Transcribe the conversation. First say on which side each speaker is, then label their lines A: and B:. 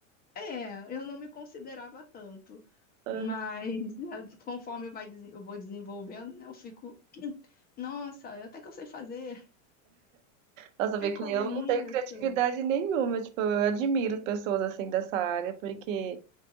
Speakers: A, on the left (about 20°); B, on the right (about 70°).
A: É, eu não me considerava tanto.
B: Aham.
A: Mas <laughs> conforme vai, desen- eu vou desenvolvendo, né, eu fico, <clears throat> nossa, até que eu sei fazer,
B: Nossa,
A: <laughs>
B: vê
A: ficou
B: que eu
A: bonito.
B: não tenho criatividade nenhuma. Tipo, eu admiro pessoas assim dessa área, porque